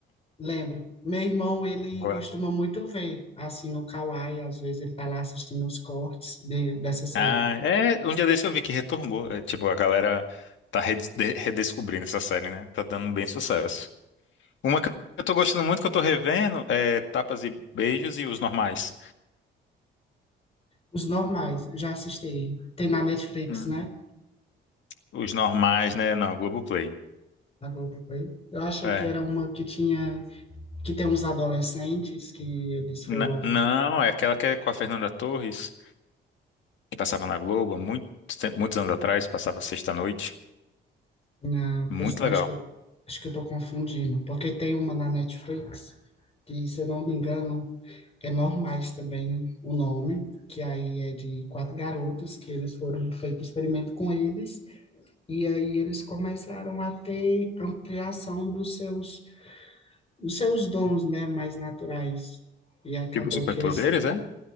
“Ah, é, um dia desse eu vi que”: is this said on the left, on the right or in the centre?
Left